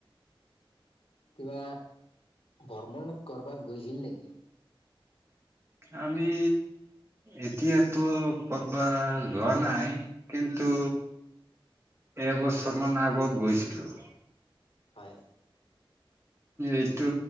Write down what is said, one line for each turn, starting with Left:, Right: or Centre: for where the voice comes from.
Left: কিবা ভ্ৰমণত কৰবাত গৈছিল নেকি
Right: আমি এতিয়াতো ক'বাত যোৱা নাই কি ন্তু এবছৰমান আগত গৈছিলোঁ
Left: হয়
Right: এইটো